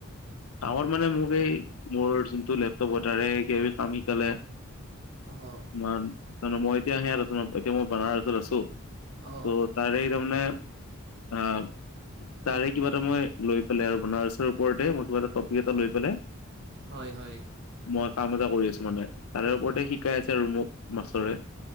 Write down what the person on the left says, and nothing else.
কামত মানে মোক এই মোৰ যোনটো লেপটপৰ তাৰে কিবা কিবি কাম শিকালে।
তোমাৰ তাৰে মই এতিয়া সেয়াত আছোঁ এতিয়া মই বানাৰসত ওচৰত আছোঁ।
অ', তাৰে এই তাৰমানে অ', তাৰে কিবা এটা মই লৈ পেলাই আৰু বনাৰছৰ ওপৰতে মই কিবা এটা পিক এটা লৈ পেলাই
মই কাম এটা কৰি কিছুমানে তাৰে ওপৰতে শিকাই আছে ৰুমক মাছৰে।